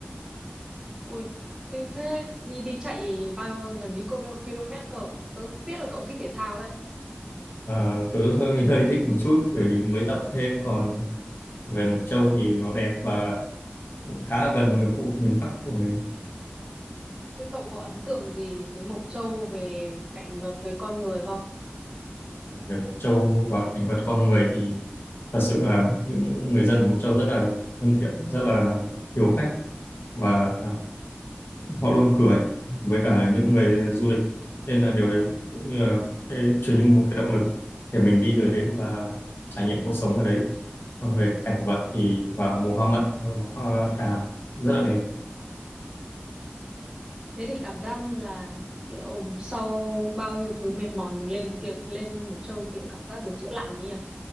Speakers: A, on the right; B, on the left.
A: Ui, kinh thế. Đi đi chạy bao gần ý km cơ. Tớ biết là cậu thích thể thao đấy.
B: Ờ, tớ hơi hơi thích một chút bởi vì mới tập thêm còn về Mộc Châu thì nó đẹp và khá là gần với khu vực miền Bắc của mình
A: Thế cậu có ấn tượng gì với Mộc Châu về cảnh vật với con người không?
B: về Mộc Châu và cảnh vật con người thì thật sự là những người dân Mộc Châu rất là thân thiện rất là hiếu khách và à, họ luôn cười với cả những người du lịch nên là điều đấy cũng như là cái truyền như một cái động lực để mình đi tới đấy và trải nghiệm cuộc sống ở đấy còn về cảnh vật thì vào mùa hoa mận và hoa đào rất là đẹp
A: Thế thì cảm giác như là kiểu sau bao nhiêu thứ mệt mỏi mình lên kiểu lên Mộc Châu kiểu cảm giác được chữa lành ấy nhỉ?